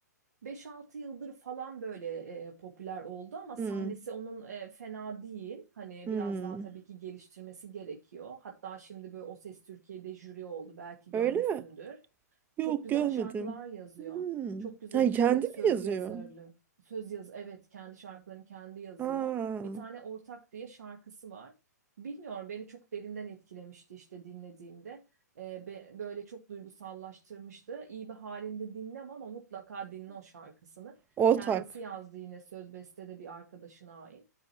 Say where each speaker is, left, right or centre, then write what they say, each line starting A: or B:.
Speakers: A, on the right; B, on the right.
A: 5-6 yıldır falan böyle e, popüler oldu ama
B: Hmm.
A: sahnesi onun e, fena değil. Hani
B: Hmm.
A: biraz daha tabii ki geliştirmesi gerekiyor. Hatta şimdi böyle O Ses Türkiye'de jüri oldu belki görmüşsündür.
B: Öyle mi? Yok
A: Çok güzel
B: görmedim.
A: şarkılar yazıyor.
B: Hmm.
A: Çok güzel
B: Ha,
A: işte
B: kendi
A: söz
B: mi yazıyor?
A: yazarlı. Söz yaz evet kendi şarkılarını kendi yazıyor.
B: Aa.
A: Bir tane Ortak diye şarkısı var. Bilmiyorum beni çok derinden etkilemişti işte dinlediğimde. Ee, be- böyle çok duygusallaştırmıştı. İyi bir halinde dinlem ama mutlaka dinle o şarkısını.
B: Ortak.
A: Kendisi yazdı yine söz beste de bir arkadaşına ait.